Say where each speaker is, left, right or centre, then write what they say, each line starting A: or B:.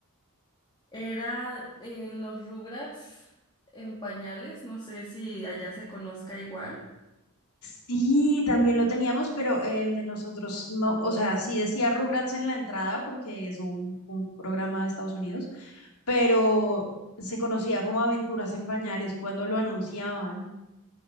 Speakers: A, on the left; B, on the left.
A: Era eh, los Rugrats en pañales, no sé si allá se conozca igual.
B: Sí, también lo teníamos, pero el de nosotros no, o sea, sí decía Rugrats en la entrada porque es un, un programa de Estados Unidos, pero se conocía como Aventuras en Pañales cuando lo anunciaban.